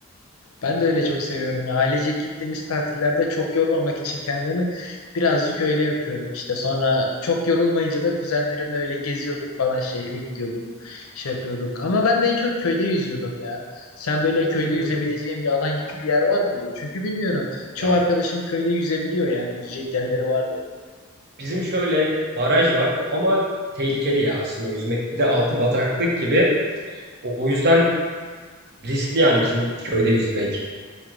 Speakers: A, on the left (about 85°); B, on the right (about 50°).
A: Ben de öyle çok seviyorum ya. Ailecek gittiğimiz tatillerde çok yormamak için kendimi birazcık öyle yapıyorum işte. Sonra çok yorulmayınca da kuzenlerimle öyle geziyorduk falan şehre gidiyorduk. Şey yapıyorduk. Ama ben de en çok köyde yüzüyordum ya. Sen böyle köyde yüzebileceğin
B: Hmm.
A: bir alan gibi bir yer var mıydı? Çünkü bilmiyorum. Çoğu
B: Ya
A: arkadaşım köyde yüzebiliyor yani. Yüzecek yerleri vardı.
B: bizim şöyle baraj var ama tehlikeli ya aslında yüzmek. Bir de altı
A: Evet.
B: bataklık gibi. O o yüzden riskli yani bizim köyde yüzmek.